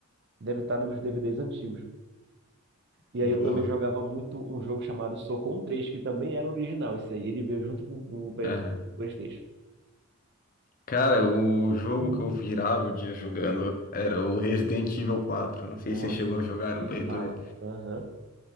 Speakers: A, on the right (about 50°); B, on the left (about 40°).
A: Deve estar nos meus DVDs antigos. E
B: Boa.
A: aí eu também jogava muito um jogo chamado Socon 3, que também era original esse aí. Ele veio junto com o
B: Aham.
A: PS o PlayStation.
B: Cara, o jogo que eu virava o dia jogando era o Resident Evil 4. Não sei
A: Nossa,
B: se você chegou a jogar
A: nem
B: no Play
A: fala.
B: 2.
A: Aham,